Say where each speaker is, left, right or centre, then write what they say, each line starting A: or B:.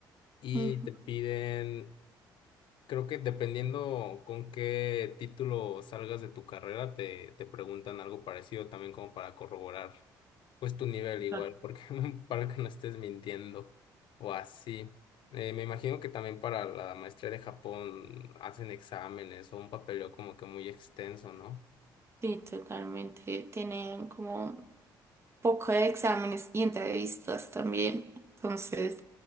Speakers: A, on the left; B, on the right.
A: y
B: Ujú,
A: te piden, creo que dependiendo con qué título salgas de tu carrera, te, te preguntan algo parecido también como para corroborar pues tu nivel igual,
B: Claro.
A: porque <laughs> para que no estés mintiendo o así. Eh, me imagino que también para la maestría de Japón hacen exámenes o un papeleo como que muy extenso, ¿no?
B: Sí, totalmente. Tienen como poco de exámenes y entrevistas también. Entonces,